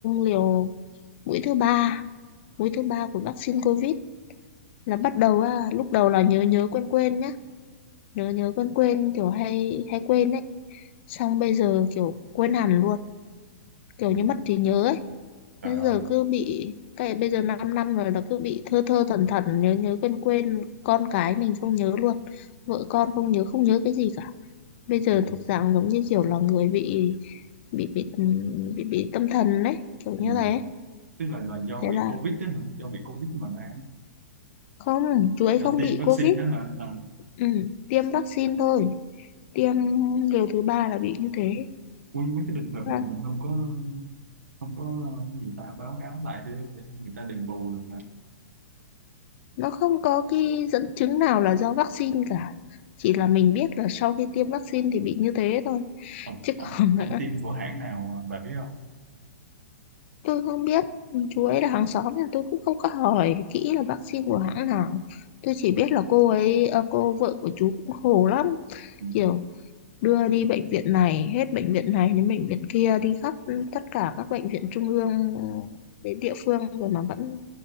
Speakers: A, on the left; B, on the right.
A: liều mũi thứ ba mũi thứ ba của vaccine covid là bắt đầu á, lúc đầu là nhớ nhớ quên quên nhá nhớ nhớ quên quên kiểu hay hay quên ấy xong bây giờ kiểu quên hẳn luôn kiểu
B: ừ.
A: như mất trí nhớ ấy
B: trời
A: Bây giờ
B: ơi
A: cứ bị cái bây giờ 5 năm năm rồi là cứ bị thơ thơ thẩn thẩn nhớ nhớ quên quên con cái mình không nhớ luôn vợ con không nhớ không nhớ cái gì cả bây giờ
B: kinh
A: thuộc dạng giống như kiểu là người bị bị bị bị, bị tâm thần đấy kiểu
B: ừ.
A: như thế
B: tức là là do
A: thế
B: bị
A: là
B: covid đó hả do bị covid mà ra
A: không chú ấy
B: do
A: không
B: tiêm
A: bị
B: vaccine
A: covid
B: đó hả à.
A: ừ, tiêm vaccine thôi tiêm liều thứ ba là bị như thế
B: Ui, mấy cái trường hợp
A: Thế
B: này
A: là
B: mình không có không có cái gì ta báo cáo lại đi để người ta đền bù được
A: nó không có cái dẫn chứng nào là do vaccine cả chỉ là mình biết là sau khi tiêm vaccine thì bị như thế thôi
B: ông
A: chứ
B: ông
A: còn
B: ông
A: nữa
B: team của hãng nào bà biết không
A: Tôi không biết chú ấy là hàng xóm nên tôi cũng không có hỏi kỹ là vaccine của hãng nào. Tôi chỉ biết là cô ấy, à, cô vợ của chú cũng khổ lắm.
B: ừ,
A: Kiểu đưa đi bệnh viện này, hết bệnh viện này đến bệnh viện kia, đi khắp tất cả các bệnh viện trung ương đến địa phương rồi mà vẫn